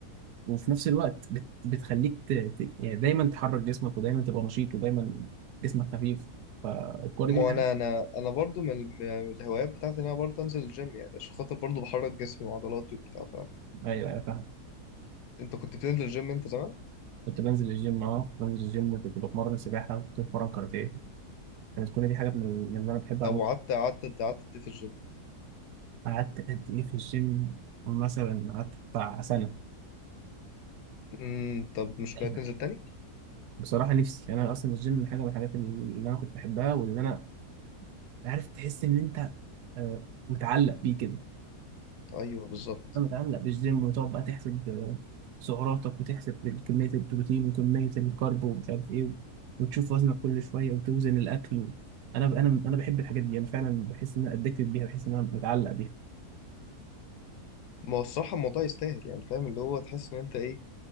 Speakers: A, on the right; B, on the left.
A: وفي نفس الوقت بت... بتخليك ت... ت... يعني دايما تحرك جسمك ودايما تبقى نشيط ودايما جسمك خفيف فالكرة
B: ما
A: دي بتحب
B: انا انا انا برضو من من الهوايات بتاعتي ان انا برضو انزل الجيم يعني عشان خاطر برضو بحرك جسمي وعضلاتي وبتاع فاهم
A: ايوه ايوه فاهم
B: انت كنت بتنزل الجيم انت زمان
A: كنت بنزل الجيم اه كنت بنزل الجيم وكنت بتمرن سباحة وكنت بتمرن كاراتيه كانت كل دي حاجة من من اللي انا بحب
B: طب
A: اعملها
B: وقعدت قعدت قعدت قد ايه في الجيم
A: قعدت قد ايه في الجيم مثلا قعدت بتاع سنة
B: امم طب مش ناوي
A: أيوة.
B: تنزل تاني
A: بصراحه نفسي يعني انا اصلا الجيم من حاجه من الحاجات اللي انا كنت بحبها واللي انا عارف تحس ان انت آه، متعلق بيه كده
B: ايوه بالظبط
A: أنا متعلق بالجيم وتقعد بقى تحسب آه، سعراتك وتحسب كميه البروتين وكميه الكارب ومش عارف ايه وتشوف وزنك كل شويه وتوزن الاكل انا انا انا بحب الحاجات دي انا فعلا بحس ان انا ادكتد بيها بحس ان انا متعلق بيها
B: ما هو الصراحة الموضوع يستاهل يعني فاهم اللي هو تحس إن أنت إيه